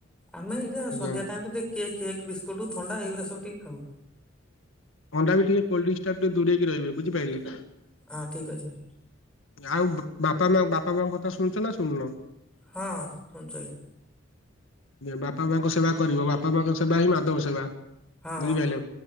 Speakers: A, in the centre; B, on the left.
A: ଆମେ ଏଇଖିଏଁ
B: ଆଜ୍ଞା
A: ସନ୍ଧ୍ୟା ଟାଇମରେ ଯାଇ କେ କେକ୍ ବିସ୍କୁଟୁ ଥଣ୍ଡା ଏଗୁରା ସବୁ ଟିକେ ଖାଉ।
B: ଅଣ୍ଡା ବି ଟିକେ କୋଲଡ୍ରିଙ୍କସ ଠାରୁ ଟିକେ ଦୁରେଇକି ରହିବେ, ବୁଝିପାଇଲେ।
A: ଆଁ, ଠିକ ଅଛି।
B: ଆଉ ବୁ ବାପା ମା ବାପା ମାଙ୍କ କଥା ଶୁଣଛ ନା ଶୁଣୁନ?
A: ହଁ, ଶୁଣୁଚୁ ଆଜ୍ଞା।
B: ବାପା ମାଙ୍କ ସେବା କରିବ, ବାପା ମାଙ୍କ ସେବା ହିଁ ମାଧବ ସେବା।
A: ହଁ
B: ବୁଝିପାରିଲେ।
A: ହଁ